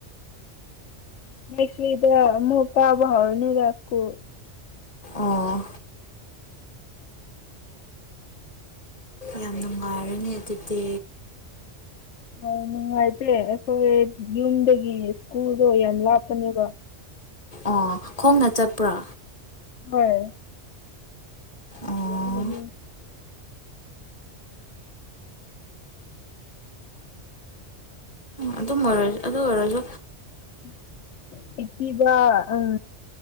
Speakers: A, on the left (about 85°); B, on the left (about 35°).
A: ꯅꯦꯛꯁꯛ ꯃꯨꯀꯕꯥꯎꯅꯤꯗꯥꯁꯀꯣ
B: ꯑꯣ ꯌꯥꯝ ꯅꯨꯡꯉꯥꯏꯔꯅꯦ ꯑꯗꯨꯗꯤ
A: ꯍ ꯅꯨꯡꯉꯥꯏꯇꯦ ꯑꯩꯈꯣꯏ ꯌꯨꯝꯗꯒꯤ ꯁ꯭ꯀꯨꯜꯗꯣ ꯌꯥꯝ ꯂꯥꯞꯄꯅꯦꯕ
B: ꯑꯣ ꯈꯣꯡꯅ ꯆꯠꯄ꯭ꯔꯥ
A: ꯍꯣꯏ
B: ꯑꯣ
A: ꯎ
B: ꯑꯗꯨꯝ ꯑꯣꯏꯔ ꯑꯗꯨ ꯑꯣꯏꯔꯁꯨ
A: <inaudible> ꯏꯄꯤꯕ ꯎꯝ